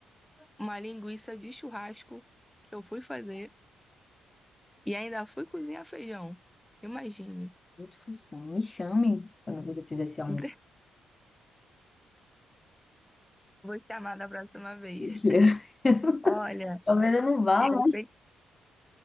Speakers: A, in the centre; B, on the left.
A: uma linguiça de churrasco que eu fui fazer. E ainda fui cozinhar feijão. Imagine.
B: Multifunção. Me chame quando você fizer esse almoço.
A: <laughs> Vou chamar da próxima vez.
B: Mentira. <laughs>
A: Olha,
B: Talvez eu não vá,
A: eu
B: mas.
A: sei